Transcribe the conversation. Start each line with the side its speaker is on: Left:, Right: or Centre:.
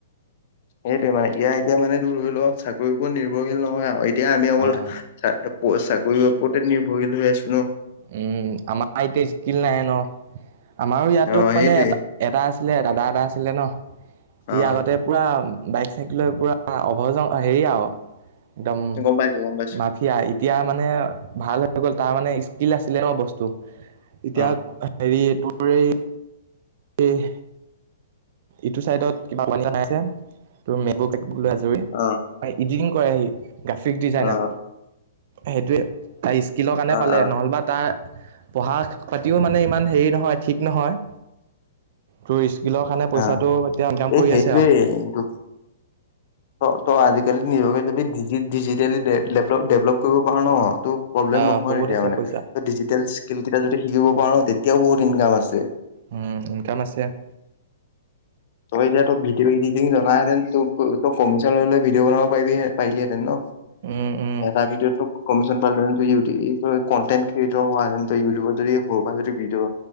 Left: সেইটোৱে মানে এয়া এতিয়া মানে তোৰ ধৰি লও চাকৰিৰ ওপৰত নিৰ্ভৰশীল নহয় আও এতিয়া আমি অকল
Right: আহ
Left: চাক প চাকৰিৰ ওপৰতে নিৰ্ভৰশীল হৈ আছো ন।
Right: উম আমাৰ এতিয়া স্কিল নাই ন? আমাৰো ইয়াতো
Left: অ সেইটোৱে
Right: মানে এ এটা আচ ছিলে দাদা এটা আছিলে ন? সি
Left: অ
Right: আগতে পুৰা বাইক চাইকেলৰ পুৰা অভজং হেৰি আৰু একদম
Left: গম পাইছো গম পাইছো
Right: মাফিয়া। এতিয়া মানে ভাল হৈ গ'ল৷ তাৰ মানে স্কিল আছিলে ন বস্তু। এতিয়া
Left: অ
Right: হেৰি এই তোৰ এই এহ ইটো চাইডত কিবা পানী <unintelligible> নাই যে তোৰ <unintelligible> লৈ আজৰি৷
Left: অ
Right: হয় ইদিতিং কৰেহি গ্ৰাফিক ডিজাইনাৰ,
Left: অ
Right: সেইটোৱে। তাৰ স্কিলৰ কাৰণে
Left: অ
Right: পালে
Left: অ
Right: নহ'লবা তা পঢ়া পাতিও মানে ইমান হেৰি নহয় ঠিক নহয়৷ তোৰ স্কিলৰ কাৰণে পইচাটো
Left: অ
Right: এতিয়া ইনকাম
Left: এই
Right: কৰি
Left: সেইটোৱেই
Right: আছে আৰু
Left: তো ত ত আজি আজিকালি নিজকে যদি ডিজি ডিজিটেলি ডেভলপ ডেভলপ কৰিব পৰা ন তো প্ৰব্লেম
Right: আহ
Left: নহয়
Right: বহুত
Left: তেতিয়া
Right: আছে
Left: মানে
Right: পইচা
Left: ৷ ডিজিটেল স্কিল কেইটা যদি শিকিব পাৰো ন তেতিয়াও বহুত ইনকাম আছে ৷
Right: উ ইনকাম আছে ৷
Left: তই এতিয়া তই ভিডিঅ' এডিটিং জানাহেতেন তোক ত কমিশন লৈ লৈ ভিডিঅ' বনাব পাৰি পাৰিলিহেতেন ন?
Right: উম উম
Left: এটা ভিডিঅ' তোক কমিশন পালো <unintelligible> কটেন্ট ক্ৰিয়েটৰ হোৱা ইউটিউবত যদি সৰু পা যদি ভিডিঅ